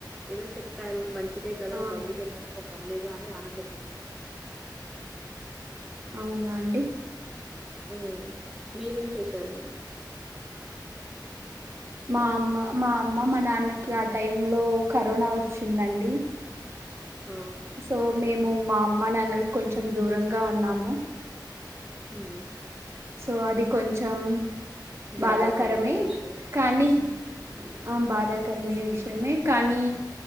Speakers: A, in the centre; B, on the right (about 35°).
A: ఏదో చెప్పారు మంచిదే కదా
B: ఆ
A: బయటికి వెళ్లినాక లేదు అని ఆనందపడ్డాము
B: అవునా అండి
A: ఆ మీరేం చేసారండి
B: మా అమ్మ మా అమ్మ మా నాన్నకి ఆ టైంలో కరోనా వచ్చిందండి
A: ఆ,
B: సో మేము మా అమ్మ నాన్నలకి కొంచెం దూరంగా ఉన్నాము
A: మ్
B: సో అది కొంచెం
A: బాధాకరమైన
B: బాధాకరమే
A: విషయం
B: కానీ ఆ బాధాకరమైన విషయమే కానీ